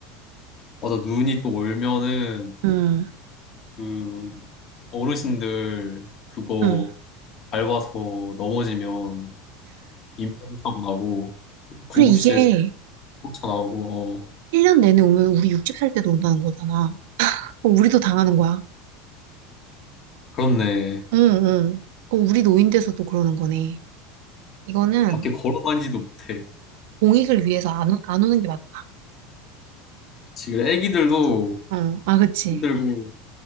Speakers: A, on the left; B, on the right.
A: 맞아. 눈이 또 올면은
B: 응,
A: 그 어르신들 그거
B: 응.
A: 밟아서 넘어지면 인명사고 나고 구급실
B: 그래, 이게
A: 쫓아나오고, 어.
B: 1년 내내 오면 우리 60살 때도 온다는 거잖아. 어, 우리도 당하는 거야.
A: 그렇네.
B: 응, 응. 그럼 우리 노인돼서도 그러는 거네. 이거는
A: 밖에 걸어다니지도 못해.
B: 공익을 위해서 안, 오- 안 오는 게 맞다.
A: 그치. 그래, 애기들도
B: 어, 아, 그치.
A: 힘들고.